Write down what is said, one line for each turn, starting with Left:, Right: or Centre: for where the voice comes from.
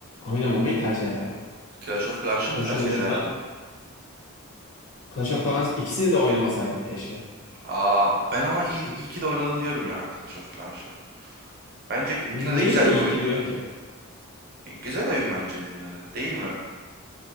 Left: Oynamamayı tercih ederdim.
Right: Clash of Clans'ı mı
Left: Boşu
Right: tercih
Left: boşuna
Right: ederdin?
Left: Clash of Clans ikisini de oynamasaydım keşke.
Right: Aa, ben ama
Left: İ-
Right: iyi, iyi ki de oynadım diyorum ya Clash of Clans'ı. Bence
Left: Neyine
Right: yine de güzel bir
Left: iyi
Right: oyundu.
Left: ki diyorsun ki?
Right: E, güzel oyun bence yine de, değil mi?